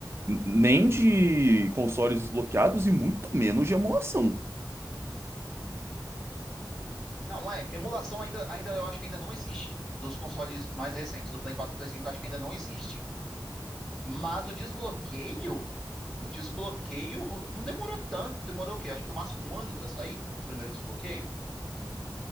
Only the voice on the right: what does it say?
n- nem de consoles desbloqueados e muito menos de emulação.